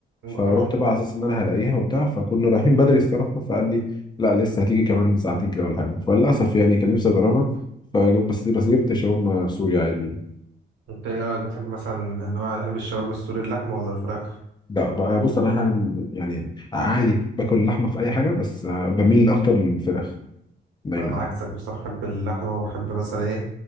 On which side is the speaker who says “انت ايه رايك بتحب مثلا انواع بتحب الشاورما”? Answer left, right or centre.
Right